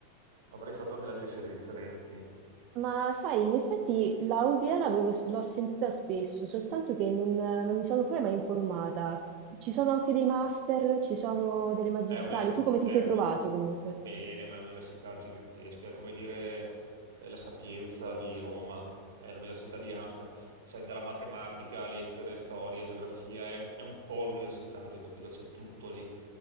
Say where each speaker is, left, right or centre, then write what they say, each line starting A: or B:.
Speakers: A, on the right; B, on the right.
A: avrei fatto anche là delle scelte differenti.
B: Ma sai, in effetti la UVA l'avevo- l'ho sentita spesso, soltanto che non, non mi sono poi mai informata. Ci sono anche dei master, ci sono delle magistrali.
A: È un,
B: Tu come ti
A: è
B: sei
A: un-
B: trovato comunque?
A: bene, ma è un'università gigantesca, è come dire eh, la Sapienza di Roma, è l'università di Amsterdam, c'è dalla matematica, lettere, storia, geografia, è un, è un polo universitario, capito? C'è tutto lì.